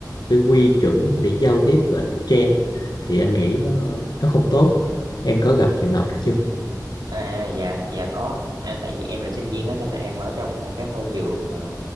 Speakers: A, on the left (about 70°); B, on the right (about 75°).
A: cái quy chuẩn để giao tiếp gọi là cái trend đó, thì anh nghĩ nó nó không tốt em có gặp trường hợp đó chưa
B: À dạ dạ có à, tại vì em là sinh viên đó nên là em ở trong một cái môi trường ờ,